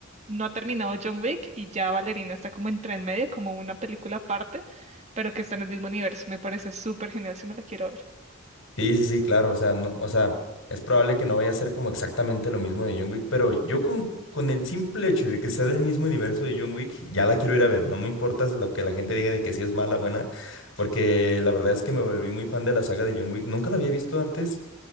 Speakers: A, on the right; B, on the left.
A: no ha terminado John Wick y ya Valerina está como entre el medio, como una película aparte, pero que está en el mismo universo. Me parece súper genial si me la quiero ver.
B: Sí, sí, sí, claro, o sea, no, o sea, es probable que no vaya a ser como exactamente lo mismo de John Wick, pero yo con, con el simple hecho de que sea del mismo universo de John Wick, ya la quiero ir a ver, no me importa lo que la gente diga de que sí es mala, buena, porque la verdad es que me volví muy fan de la saga de John Wick, nunca la había visto antes,